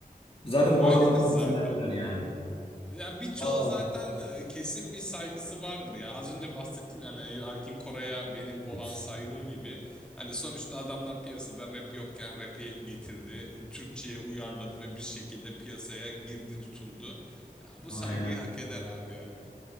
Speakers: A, on the left (about 35°); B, in the centre.
A: Zaten
B: Öyledir
A: bu adamlardan
B: zaten.
A: esinlendiler yani.
B: Ya birçoğu
A: Aa,
B: zaten e, kesin bir saygısı vardır ya. Az önce bahsettim yani Erkin Koray'a benim
A: evet.
B: olan saygım gibi. Hani sonuçta adamlar piyasada rap yokken rap'i getirdi. Türkçe'ye uyarladı ve bir şekilde piyasaya girdi tutundu. Ya bu
A: Aynen
B: saygıyı
A: öyle.
B: hak eder abi yani.